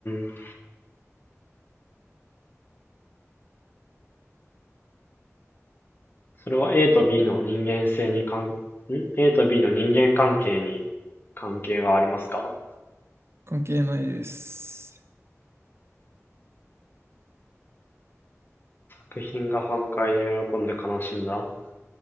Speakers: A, on the left; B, on the right.
A: ん、それは A と B の人間性に関、ん ?A と B の人間関係に関係がありますか
B: 関係ないです。
A: 作品が反対で喜んで悲しんだ